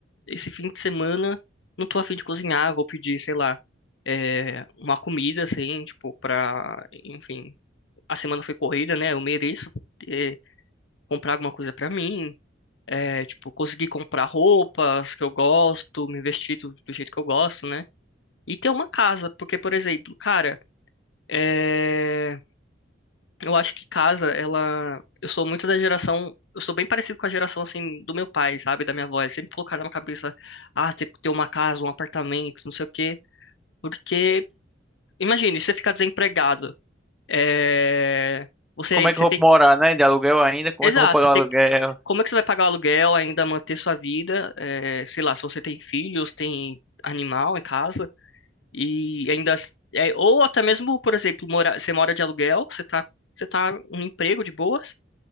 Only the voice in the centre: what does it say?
Como é
que eu vou
morar, né? De aluguel ainda? Como
é que eu vou pagar
o
aluguel?